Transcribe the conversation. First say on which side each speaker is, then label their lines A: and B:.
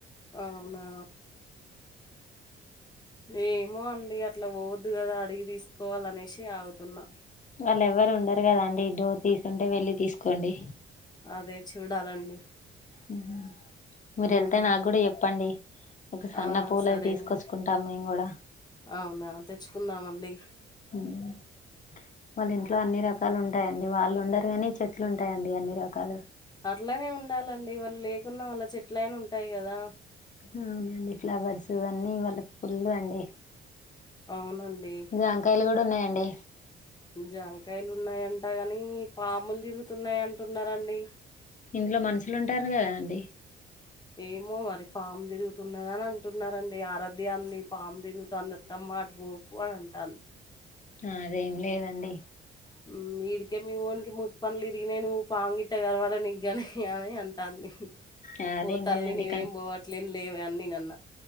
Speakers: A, on the left (about 20°); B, on the left (about 40°).
A: అవునా ఏమో అండి అట్ల పోవొద్దు కదా అడిగి తీసుకోవాలనేసి ఆగుతున్న.
B: వాళ్ళు ఎవరు ఉండరు కదా అండి డోర్ తీసుంటే వెళ్లి తీసుకోండి
A: అదే చూడాలండి.
B: మ్ మీరెళ్తే
A: ఉమ్.
B: నాగ్గుడ చెప్పండి. ఒక సన్న
A: ఆ
B: పూలది
A: సరే
B: తీసుకొచ్చుకుంటాం
A: అండి
B: మేమ్ గూడ
A: అవునా తెచ్చుకుందామండి.
B: మ్ వాళ్ళింట్లో అన్ని రక్ కాలు ఉంటయండి వాళుండరు గానీ చెట్లు ఉంటయండి అన్ని రకాలు.
A: అట్లనే ఉండాలండి వాళ్ళు లేకున్నా వాళ్ళ చెట్లైనా ఉంటాయి గదా.
B: హా అవునండి ఫ్లవర్సూ అన్నీ వాళ్ళక్ ఫుల్లూ అండి
A: అవునండి
B: జాం కాయలు గూడ ఉన్నాయండి.
A: జాంకాయలు ఉన్నాయంట గానీ పాములు తిరుగుతున్నాయి అంటున్నారండి.
B: ఇంట్లో మనుషులుంటాన్రు గదా అండి.
A: ఏమో మరి పామ్ తిరుగుతున్నదనటున్నా రండి ఆరాధ్య అంది పామ్ తిరుగుతాంది అత్తమ్మా అటు బో కు అని అంటాంద్
B: ఆ అదేం లేదండి
A: ఊ ఈడికే మీ ఓనికి మూత్ పండ్లిరిగినయి నువ్ పామ్ గిట్ట గరవాలే నీగ్గాని అని అం టాంది
B: ఆ! అదేం
A: ఓ తల్లి
B: లేదండి
A: నేనేం
B: కానీ
A: బోవట్లేన్ లేవే అని నేనన్నా.